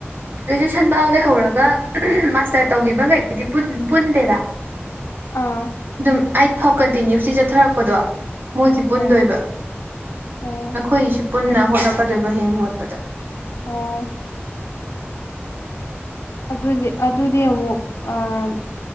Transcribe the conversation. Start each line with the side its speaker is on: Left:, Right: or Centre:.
Right: ꯒ꯭ꯔꯦꯖꯨꯦꯁꯟ ꯕꯥꯎ ꯂꯩꯍꯧꯔꯒ ꯑꯍꯝ ꯃꯥꯁꯇꯔ ꯇꯧꯈꯤꯕꯉꯩꯒꯤꯗꯤ ꯄꯨꯟ ꯄꯨꯟꯗꯦꯕ
Left: ꯑꯥ
Right: ꯑꯗꯨꯝ ꯑꯩꯠ ꯐꯥꯎ ꯀꯟꯇꯤꯅ꯭ꯨꯁꯂꯤ ꯆꯠꯊꯔꯛꯄꯗꯣ ꯃꯣꯏꯒꯤ ꯄꯨꯟꯗꯣꯏꯕ
Left: ꯑꯣ ꯑꯣ
Right: ꯑꯩꯈꯣꯏꯒꯤꯁꯨ ꯄꯨꯟꯅ ꯍꯣꯠꯂꯛꯀꯗꯣꯏꯕ ꯍꯌꯦꯡ ꯍꯣꯠꯄꯗ
Left: ꯑꯣ ꯑꯗꯨꯅꯦ ꯑꯗꯨꯗꯤ ꯑꯃꯨꯛ ꯑꯥ